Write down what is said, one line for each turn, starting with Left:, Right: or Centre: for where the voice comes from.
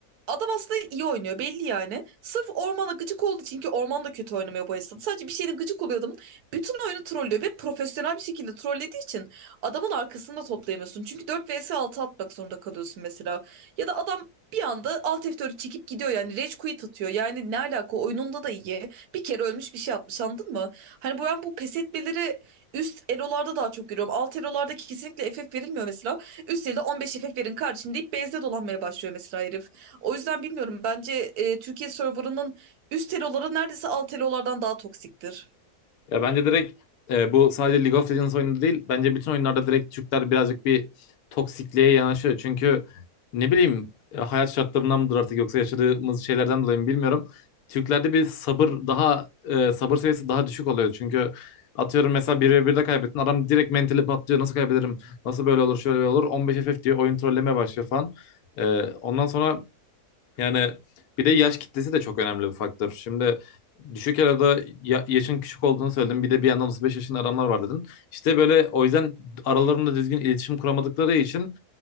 Right: Adam aslında iyi oynuyor belli yani. Sırf ormana gıcık olduğu için ki orman da kötü oynamıyor bu esnada. Sadece bir şeyle gıcık oluyor adamın. Bütün oyunu trollüyor ve profesyonel bir şekilde trollediği için adamın arkasını da toplayamıyorsun. Çünkü 4 vs 6 atmak zorunda kalıyorsun mesela. Ya da adam bir anda alt F4'ü çekip gidiyor yani rage quit atıyor. Yani ne alaka oyununda da iyi. Bir kere ölmüş bir şey atmış anladın mı? Hani bu ben bu pes etmeleri üst elolarda daha çok görüyorum. Alt elolarda kesinlikle FF verilmiyor mesela. Üst elde 15 FF verin kardeşim deyip base'de dolanmaya başlıyor mesela herif. O yüzden bilmiyorum. Bence e, Türkiye serverının üst eloları neredeyse alt elolardan daha toksiktir.
Left: Ya bence direkt e, bu sadece League of Legends oyunu değil. Bence bütün oyunlarda direkt Türkler birazcık bir toksikliğe yanaşıyor. Çünkü ne bileyim e, hayat şartlarından mıdır artık yoksa yaşadığımız şeylerden dolayı mı bilmiyorum. Türklerde bir sabır daha e, sabır seviyesi daha düşük oluyor. Çünkü atıyorum mesela bir ve birde kaybettin adam direkt mentali patlıyor. Nasıl kaybederim? Nasıl böyle olur? Şöyle böyle olur. 15 FF diyor oyun trollemeye başlıyor falan. E, ondan sonra yani bir de yaş kitlesi de çok önemli bir faktör. Şimdi düşük arada ya- yaşın küçük olduğunu söyledim. Bir de bir yandan 35 yaşında adamlar var dedin. İşte böyle o yüzden aralarında düzgün iletişim kuramadıkları için